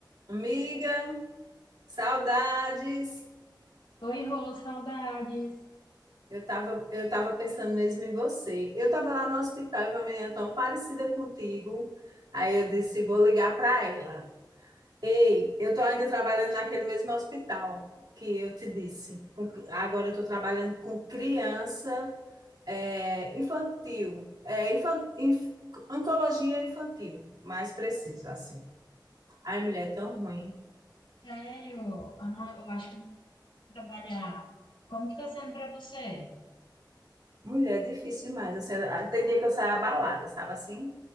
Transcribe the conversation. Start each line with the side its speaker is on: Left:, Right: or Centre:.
Right: Amiga, saudades.
Left: Oi, Rô, saudades.
Right: Eu tava, eu tava pensando mesmo em você. Eu tava lá no hospital e uma menina tão parecida contigo. Aí eu disse, vou ligar para ela. Ei, eu tô ainda trabalhando naquele mesmo hospital que eu te disse. Com- Agora eu tô trabalhando com criança é, infantil, é, infan- inf- oncologia infantil, mais preciso assim. Ai, mulher, é tão ruim.
Left: Sério, ah, não, eu acho que eu vou trabalhar. Como que tá sendo pra você?
Right: Mulher, é difícil demais. Assim, eu- tem dia que eu saio abalada, sabe assim?